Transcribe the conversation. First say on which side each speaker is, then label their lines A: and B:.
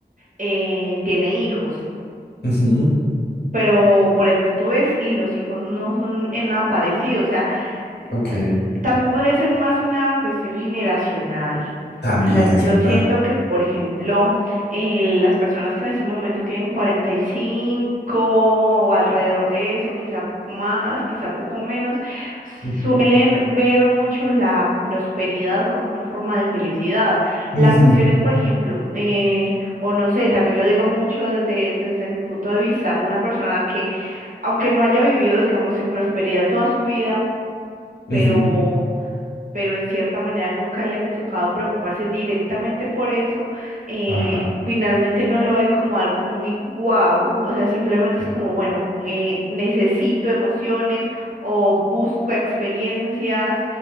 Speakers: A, on the right (about 50°); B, on the left (about 75°).
A: eh, tiene hijos.
B: Ujú,
A: Pero, por ejemplo, tú ves y los hijos no son en nada parecidos, o sea,
B: Ok.
A: em, También podría ser más una cuestión generacional.
B: También
A: O sea,
B: es
A: yo
B: verdad.
A: siento que, por ejemplo, eh, las personas que en este momento tienen 45 o alrededor de eso, quizá poco más, quizá poco menos,
B: Ujú.
A: suelen ver mucho la prosperidad como una forma de felicidad.
B: Ujú,
A: La cuestión es, por ejemplo, eh, o no sé, también lo digo mucho desde, desde mi punto de vista, una persona que, aunque no haya vivido, digamos, en prosperidad toda su vida, pero,
B: ujú.
A: pero en cierta manera nunca le haya tocado preocuparse directamente por eso, eh,
B: Ajá.
A: finalmente no lo ve como algo muy guau, o sea, simplemente
B: Sí,
A: es como, bueno, eh, necesito emociones o busco experiencias